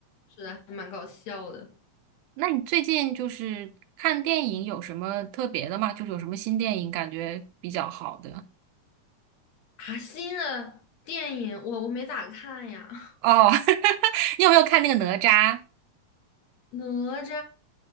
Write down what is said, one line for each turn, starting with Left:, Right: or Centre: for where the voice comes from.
Left: 是的，还蛮搞笑的。
Right: 那你最近就是看电影有什么特别的吗？就是有什么新电影感觉比较好的？
Left: 啊，新的电影我我没咋看呀，<laughs>
Right: 哦，<laughs> 你有没有看那个哪吒？
Left: 《哪吒》